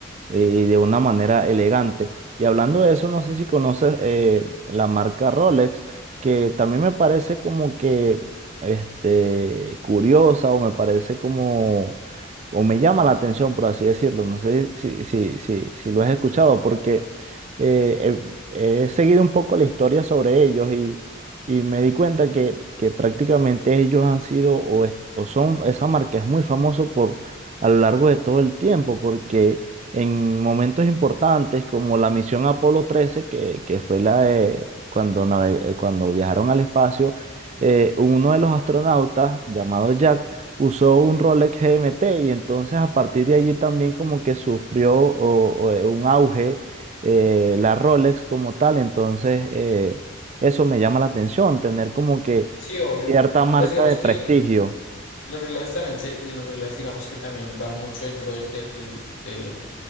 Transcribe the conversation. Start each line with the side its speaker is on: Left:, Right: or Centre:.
Right: eh, de una manera elegante. Y hablando de eso, no sé si conoces eh, la marca Rolex, que también me parece como que este, curiosa o me parece como, o me llama la atención, por así decirlo. No sé si, si, si, si lo has escuchado, porque eh, he, he seguido un poco la historia sobre ellos y, y me di cuenta que, que prácticamente ellos han sido o, es- o son, esa marca es muy famosa por, a lo largo de todo el tiempo, porque en momentos importantes como la misión Apolo 13, que, que fue la de cuando, nave- eh, cuando viajaron al espacio, eh, uno de los astronautas, llamado Jack, usó un Rolex GMT y entonces a partir de allí también como que sufrió o- o, eh, un auge eh, la Rolex como tal, entonces eh, eso me llama la atención, tener como que
Left: sí, obvio.
Right: cierta marca
Left: Pues digamos
Right: de
Left: que...
Right: prestigio.
Left: Los relojes también, se- los relojes digamos que también va mucho el bro- del, del,